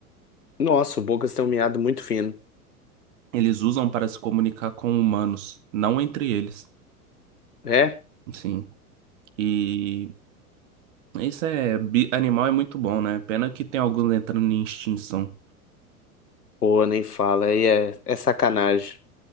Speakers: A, on the left (about 80°); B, on the right (about 55°).
A: Nossa, o Bocas tem um miado muito fino.
B: Eles usam para se comunicar com humanos, não entre eles.
A: É?
B: Sim. E isso é. bi- Animal é muito bom, né? Pena que tem alguns entrando em extinção.
A: Pô, nem fala. Aí é, é sacanagem.